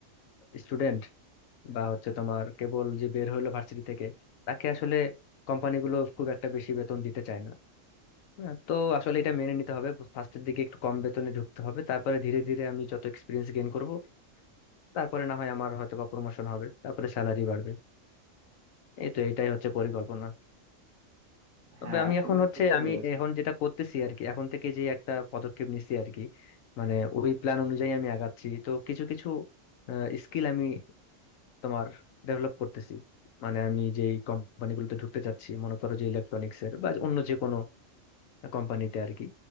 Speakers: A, on the left (about 85°); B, on the right (about 90°).
A: স্টুডেন্ট বা হচ্ছে তোমার কেবল যে বের হইলো ভার্সিটি থেকে তাকে আসলে কোম্পানিগুলো খুব একটা বেশি বেতন দিতে চায় না হ্যাঁ, তো আসলে এটা মেনে নিতে হবে ফার্স্টের দিকে একটু কম বেতনে ঢুকতে হবে তারপরে ধীরে ধীরে আমি যত এক্সপিরিয়েন্স গেইন করব তারপরে না হয় আমার হয়তো বা প্রমোশন হবে তারপরে স্যালারি বাড়বে এই তো এটাই হচ্ছে পরিকল্পনা তবে
B: হ্যাঁ
A: আমি
B: তুমি
A: এখন হচ্ছে
B: ঠিকই
A: আমি
B: বলেছো
A: এখন যেটা করতেছি আর কি এখন থেকে যে একটা পদক্ষেপ নিচ্ছি আর কি মানে ওই প্ল্যান অনুযায়ী আমি আগাচ্ছি তো কিছু কিছু স্কিল আমি তোমার ডেভেলপ করতেছি মানে আমি যেই কোম্পানিগুলোতে ঢুকতে চাচ্ছি মনে করো যে ইলেকট্রনিক্স এর বা অন্য যে কোনো কোম্পানিতে আর কি